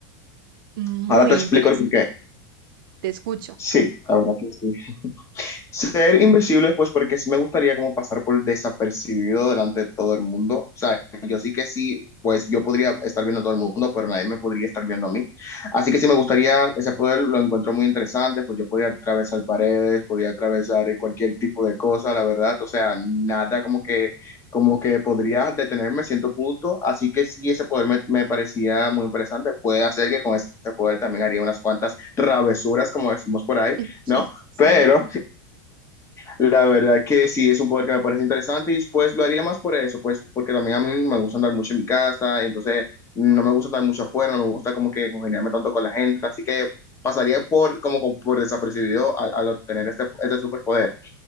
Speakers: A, on the right (about 75°); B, on the left (about 25°).
A: Muy
B: Ahora te explico
A: interesante.
B: el porqué.
A: Te escucho.
B: Sí, la verdad que sí. Ser invisible, pues porque sí me gustaría como pasar por desapercibido delante de todo el mundo. O sea, yo sí que sí, pues yo podría estar viendo a todo el mundo, pero nadie me podría estar viendo a mí. Así que sí me gustaría ese poder, lo encuentro muy interesante, pues yo podría atravesar paredes, podría atravesar cualquier tipo de cosa, la verdad. O sea, nada como que, como que podría detenerme a cierto punto. Así que sí, ese poder me, me parecía muy interesante. Puede hacer que con ese poder también haría unas cuantas travesuras, como decimos por ahí,
A: <laughs>
B: ¿no?
A: Sí,
B: Pero... La verdad que sí, es un poder que me parece interesante y pues lo haría más por eso, pues porque también a mí me gusta andar mucho en mi casa, entonces no me gusta andar mucho afuera, no me gusta como que congeniarme tanto con la gente, así que pasaría por como por desapercibido al, al obtener este, este superpoder.